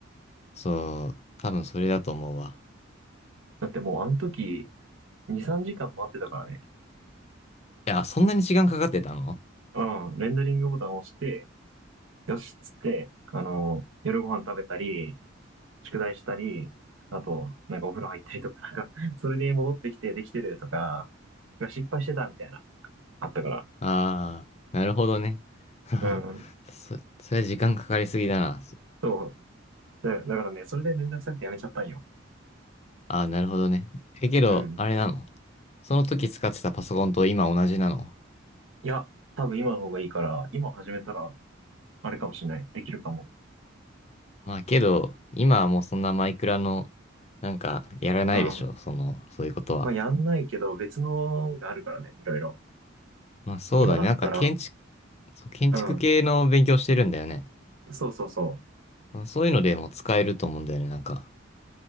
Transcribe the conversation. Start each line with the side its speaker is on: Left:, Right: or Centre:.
Left: そう、多分それだと思うわ。
Right: だってもうあの時、2、3時間待ってたからね。
Left: いや、そんなに時間かかってたの
Right: うん、レンダリングボタンを押して、よしっつって、あの、夜ご飯食べたり、宿題したり、あと、なんかお風呂入ったりとか、なんか、それで戻ってきてできてるとか、失敗してたみたいな、あったから。
Left: ああー、なるほどね。<laughs>
Right: うん。
Left: そ、それ時間かかりすぎだな。
Right: そう。だ、だからね、それでめんどくさくてやめちゃったんよ。
Left: ああ、なるほどね。え、けど、
Right: うん。
Left: あれなのその時使ってたパソコンと今同じなの
Right: いや、多分今の方がいいから、今始めたら、あれかもしれない。できるかも。
Left: まあけど、今はもうそんなマイクラの、なんか、やらないでしょその、
Right: うん。
Left: そういうことは。
Right: まあ、やんないけど、別のがあるからね、いろいろ。
Left: まあそうだね。
Right: 今だったら、
Left: なんか建築、そう、建築系の勉強してるんだよね。
Right: うん。そうそうそう。
Left: まあ、そういうのでも使えると思うんだよね、なんか。